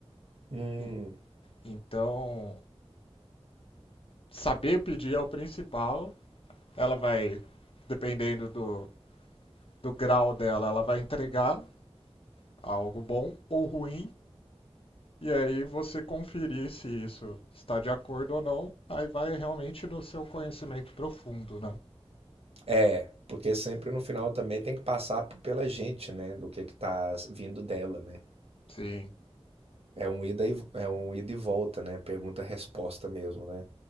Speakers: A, on the right (about 70°); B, on the left (about 60°).
A: Hum.
B: E- Então, saber pedir é o principal ela vai, dependendo do, do grau dela, ela vai entregar algo bom ou ruim. E aí você conferir se isso está de acordo ou não, aí vai realmente do seu conhecimento profundo, né?
A: É, porque sempre no final também tem que passar p- pela gente, né? Do que que tá s- vindo dela, né?
B: Sim,
A: É um ida e, v- é um ida e volta, né? Pergunta-resposta mesmo, né?